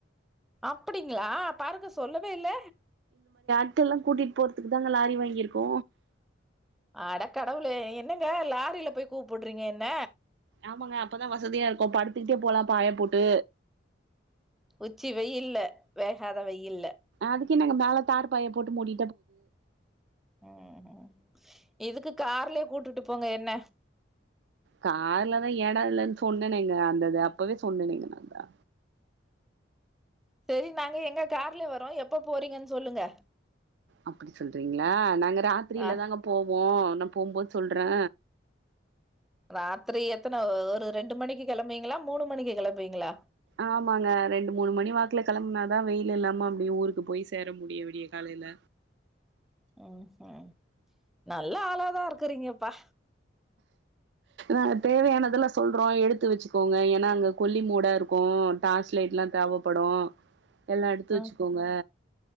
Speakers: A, in the centre; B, on the right.
A: அப்டிங்களா பாருங்க சொல்லவே இல்ல
B: ட்ட எல்லா கூட்டிட்டு போறதுக்கு தாங்க லாரி வாங்கியிருக்கோ
A: அட கடவுளே என்னங்க லாரில போய் கூப்புடுறீங்க என்ன
B: ஆமாங்க அப்பதா வசதியா இருக்கு படுத்துக்கிட்டே போலா பாய போட்டு
A: உச்சி வெயில்ல வேகாத வெயில்ல
B: அதுக்கே நாங்க மேல தார் பாய போட்டு மூடி
A: ம் ம் இதுக்குத் கார்லே கூட்டுட்டு போங்க என்ன
B: கார்லதா எட இல்லன் சொன்னேனேங்க அந்தது அப்பவே சொன்னனேங்க நாந்தா
A: சரி நாங்க எங்க கார்ல வரோ எப்ப போறீங்கன் சொல்லுங்க
B: அப்பிடி சொல்றீங்ளா நாங்க ராத்திரில
A: ஆ,
B: தாங்க போவ் வோ நா போம்போது சொல்றே
A: ராத்திரி எத்தன ஒரு ரெண்டு மணிக்கு கெளம்புவீங்களா மூணு மணிக்கு கெளம்புவீங்களா
B: ஆமாங்க ரெண்டு மூணு மணி வாக்குல கெளம்புனாதா வெயிலில்லாம அப்டியே ஊருக்கு போய் சேர முடியு விடிய கால் இல
A: ம் ம் நல்ல ஆளாதா இருக்குறீங்கப்பா
B: ஆ தேவையானதுலா ஸ் சொல்றோ எடுத்து வச்சுக்கோங்க ஏனா அங்க கொள்ளிங்கூட இருக்கூ டார்ச் லைட்லா தேவைப்படு எல்லா எடுத்து வச்சுக்கோங்க
A: ஆஹ